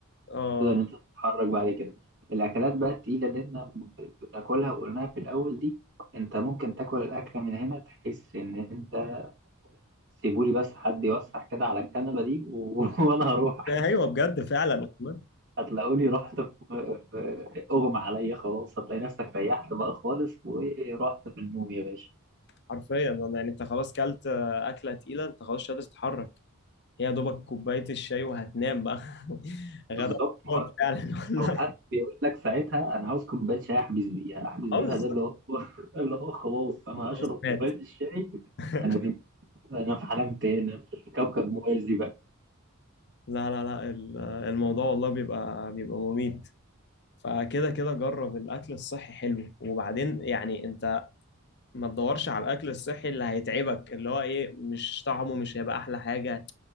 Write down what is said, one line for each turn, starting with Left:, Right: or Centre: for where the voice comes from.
Left: اه
Right: تقدر إن أنت تتحرك بعد كده الأكلات بقى التقيلة اللي إحنا ب- بناكلها وقلناها في الأول دي أنت ممكن تاكل الأكلة من هنا تحس إن أنت سيبولي بس حد يوسع كده على الكنبة دي و... <laughs> وأنا هروح
Left: ايوه بجد فعلا والله
Right: هتلاقوني رحت في في- اغمى عليا خلاص هتلاقي نفسك ريحت بقى خالص ورحت في النوم يا باشا
Left: حرفيا أنا يعني انت خلاص كلت آه، اكله تقيله انت خلاص مش قادر تتحرك هي يا دوبك كوبايه الشاي وهتنام بقى <laughs> غدا
Right: بالظبط ما
Left: بطنك
Right: هو
Left: فعلا
Right: <laughs>
Left: والله
Right: او حد بيقول لك ساعتها انا عاوز كوبايه شاي احبس بيها احبس بيها
Left: اه بالظبط
Right: ده اللي هو <laughs> اللي هو خلاص انا
Left: هو خلاص
Right: هشرب كوبايه
Left: مات
Right: الشاي
Left: <laughs>
Right: انا نمت انا في عالم تاني أنا في كوكب موازي بقى
Left: لا لا لا ال- الموضوع والله بيبقى بيبقى مميت فكده كده جرب الاكل الصحي حلو وبعدين يعني انت ما تدورش على الاكل الصحي اللي هيتعبك اللي هو ايه مش طعمه مش هيبقى احلى حاجه